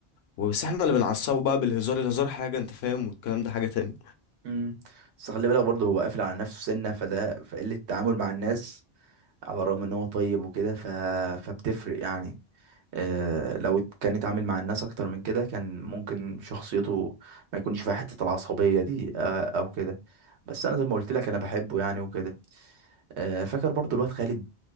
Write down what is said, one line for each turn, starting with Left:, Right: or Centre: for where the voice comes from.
Left: وبس احنا اللي بنعصبه بقى بالهزار الهزار حاجة انت فاهم والكلام ده حاجة تانية
Right: امم بس خلي بالك برضه هو قافل على نفسه سنة فده فقلة التعامل مع الناس على الرغم ان هو طيب وكده ف... فبتفرق يعني آه لو كان اتعامل مع الناس اكتر من كده كان ممكن شخصيته ما يكونش فيها حتة العصبية دي آه او كده بس انا زي ما قلت لك انا بحبه يعني وكده آه فاكر برضه الواد خالد